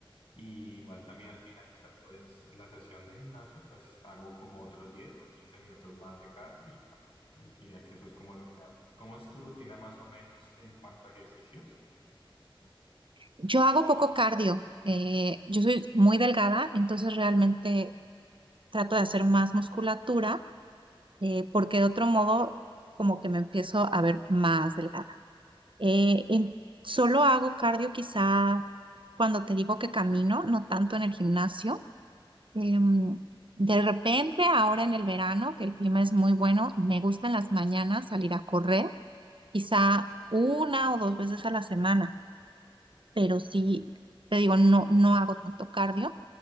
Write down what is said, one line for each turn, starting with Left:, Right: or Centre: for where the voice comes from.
Left: Y igual también al finalizar pues la sesión de gimnasio, pues hago como otros 10 o 15 minutos más de cardio y ya. Pues, Diría que eso es como lo que hago. ¿Cómo es tu rutina más o menos en cuanto a ejercicios?
Right: Yo hago poco cardio. eh, yo soy muy delgada, entonces realmente trato de hacer más musculatura, eh, porque de otro modo como que me empiezo a ver más delgada. Eh, en- solo hago cardio quizá cuando te digo que camino, no tanto en el gimnasio. Em, de repente, ahora en el verano, que el clima es muy bueno, me gusta en las mañanas salir a correr, quizá una o dos veces a la semana, pero sí, te digo, no, no hago tanto cardio.